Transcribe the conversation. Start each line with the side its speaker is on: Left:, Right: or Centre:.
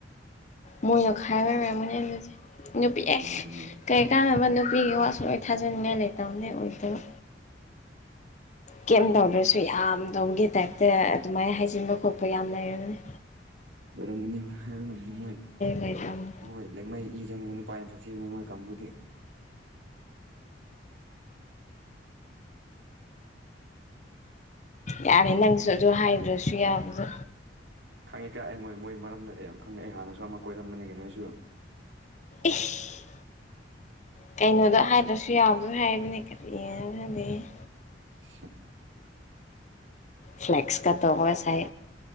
Left: ꯃꯣꯏꯅ ꯈꯥꯏꯕꯒꯤ ꯑꫭꯏꯔꯝꯒꯅꯦ ꯑꯗꯨꯗꯤ ꯅꯨꯄꯤ
Right: ꯑꯗꯨꯅꯤ
Left: ꯑꯦ
Right: ꯀꯩꯅꯣ
Left: ꯀꯔꯤ ꯀꯥꯟꯅꯕ ꯅꯨꯞ ꯄꯤꯒꯤ ꯋꯥꯁꯨ ꯂꯣꯏ ꯊꯥꯖꯅꯤꯡꯉꯥꯏ ꯂꯩꯇꯕꯅꯦ ꯑꯣꯏꯗꯕ꯫ ꯀꯦꯝ ꯇꯧꯗ꯭ꯔꯁꯨ ꯌꯥꯝ ꯇꯧꯕꯒꯤ ꯇꯥꯏꯞꯇ ꯑꯗꯨꯃꯥꯏꯅ ꯍꯥꯏꯖꯤꯟꯕ ꯈꯣꯠꯄ ꯌꯥꯝ ꯂꯩꯔꯝꯒꯅꯤ꯫
Right: ꯑꯣꯏꯔꯝꯒꯅꯤ ꯍꯥꯏꯕ ꯉꯗꯦ ꯃꯣꯏ
Left: ꯂꯩꯇꯕꯅꯤ
Right: ꯃꯣꯏ ꯂꯦꯡꯃꯩ ꯏꯆꯪꯕ ꯅꯨꯄꯥ ꯌꯥꯝ ꯁꯥꯊꯤꯕꯅꯦ ꯃꫭꯏ ꯀꯥꯡꯕꯨꯗꯤ꯫
Left: ꯌꯥꯔꯦ ꯅꯪꯁꯨ ꯑꯗꯨ ꯍꯥꯏꯗ꯭ꯔꯁꯨ ꯌꯥꯕꯗꯨ꯫
Right: ꯈꯪꯉꯦ ꯀꯥ ꯑꯩ ꯃꯣꯏ ꯃꯣꯏ ꯃꯔꯝꯗ ꯑꯩ ꯌꯥꯝ ꯈꯪꯉꯦ ꯑꯩ ꯍꯥꯟꯅꯁꯨ ꯑꯃ ꯀꯣꯏꯔꯝꯕꯅꯤ ꯀꯩꯅꫭ ꯑꯩꯁꯨ꯫
Left: ꯏꯁ ꯀꯩꯅꯣꯗ ꯍꯥꯏꯗ꯭ꯔꯁꯨ ꯌꯥꯕꯗꯨ ꯍꯥꯏꯕꯅꯦ ꯀꯔꯤꯗꯤ꯫
Right: <unintelligible>
Left: ꯐ꯭ꯂꯦꯛꯁꯀ ꯇꯧꯕꯒ ꯁꯥꯏ꯫